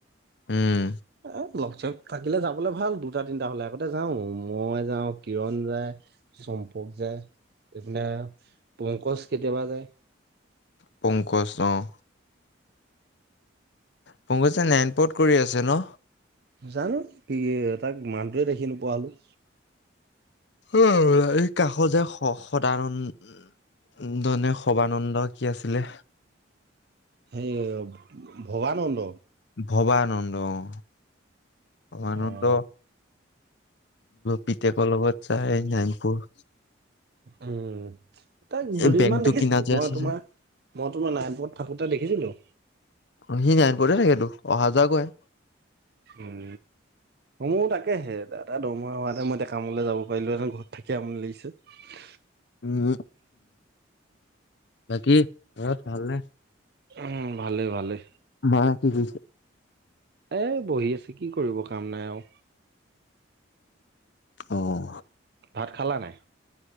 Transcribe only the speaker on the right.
<unintelligible> থাকিলে যাবলৈ ভাল, দুটা, তিনটা হ'লে আগতে যাওঁ। মই যাওঁ, কিৰণ যায়, চম্পক যা এইপিনে পংকজ কেতিয়াবা যায়।
জানো? কি, তাক মানুটোৱে দেখি নোপোৱা হ'লো।
হেই ভবানন্দ।
অ',
উম। তাক দুদিনমান
দেখিছিলোঁ,
মই
তোমাৰ,
মই তোমাৰ নাৰায়ণপুৰত থাকোঁতে দেখিছিলোঁ।
উম। মোৰ তাকেহে, দাদাৰ দৰমহা হোৱা হেঁতেন মই এতিয়া কামলৈ যাব পাৰিলোহেঁতেন ঘৰত থাকি আমনি লাগিছে।
উম, ভালে, ভালে।
এ বহি আছে কি কৰিব কাম নাই আৰু।
ভাত খালা নাই?